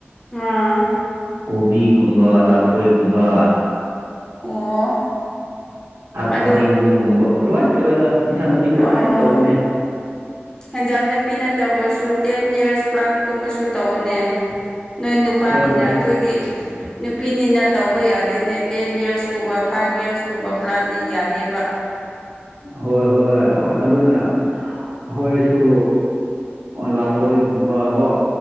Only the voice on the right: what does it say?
ꯀꯣꯕꯤꯒꯨꯝꯕ ꯂꯐꯣꯏꯒꯨꯝꯕ
ꯐꯗꯤꯒꯨꯝꯝꯒꯨꯝꯕ ꯂꯣꯏ ꯇꯧꯋꯦꯗ ꯏꯟꯁꯥꯡ ꯅꯥꯄꯤ ꯂꯣꯏ
ꯇꯧꯕꯅꯦ
ꯍꯣꯏ ꯑꯗꯨ
ꯍꯣꯏ ꯍꯣꯏ ꯑꯣꯏ ꯑꯗꯨꯅ ꯑꯩꯈꯣꯏꯁꯨ ꯂꯥꯞꯄꯣꯏꯒꯨꯝꯕ ꯀꯣ